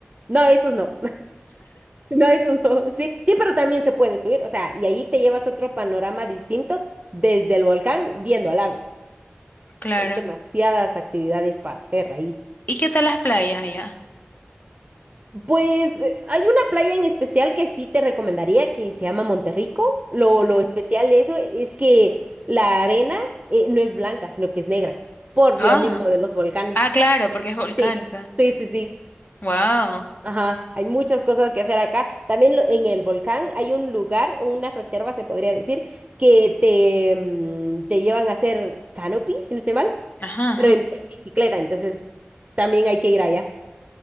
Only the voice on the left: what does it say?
Claro.
¿Y qué tal las playas allá?
Ujú.
Ah,
ah, claro, porque es volcánica.
Wow.
Ajá, ajá.